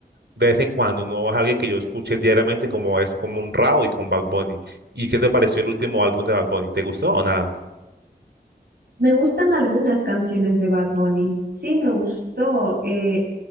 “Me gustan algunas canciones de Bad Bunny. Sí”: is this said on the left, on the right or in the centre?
Right